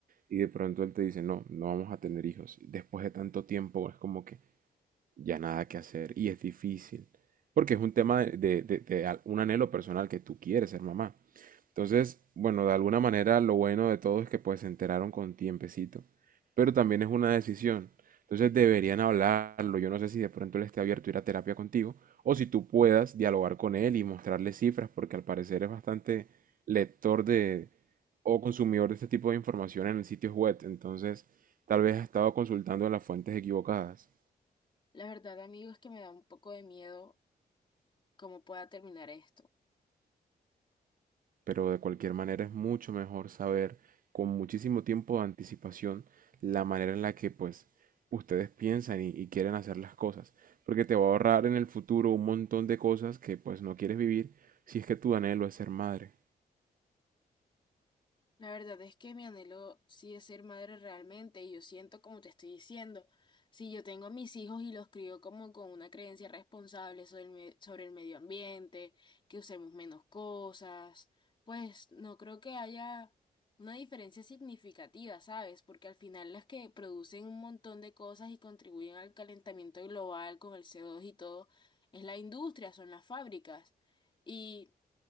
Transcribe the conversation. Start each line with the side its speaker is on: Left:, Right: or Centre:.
Right: y de pronto él te dice, no, no vamos a tener hijos. Y Después de tanto tiempo es como que ya nada que hacer, y es difícil, porque es un tema de, de- de- de al- un anhelo personal que tú quieres ser mamá, entonces, bueno, de alguna manera lo bueno de todo es que pues se enteraron con tiempecito, pero también es una decisión. Entonces deberían hablarlo. Yo no sé si de pronto él esté abierto a ir a terapia contigo o si tú puedas dialogar con él y mostrarle cifras, porque al parecer es bastante lector de o consumidor de este tipo de información en sitios web. Entonces, tal vez ha estado consultando las fuentes equivocadas.
Left: La verdad, amigo, es que me da un poco de miedo cómo pueda terminar esto.
Right: pero de cualquier manera es mucho mejor saber con muchísimo tiempo de anticipación la manera en la que pues ustedes piensan y, y quieren hacer las cosas, porque te va a ahorrar en el futuro un montón de cosas que pues no quieres vivir si es que tu anhelo es ser madre.
Left: La verdad es que mi anhelo sí es ser madre realmente y yo siento como te estoy diciendo, si yo tengo a mis hijos y los crío como con una creencia responsable sobre el, me- sobre el medio ambiente, que usemos menos cosas, pues no creo que haya una diferencia significativa, ¿sabes? Porque al final las que producen un montón de cosas y contribuyen al calentamiento global con el co dos y todo, es la industria, son las fábricas. Y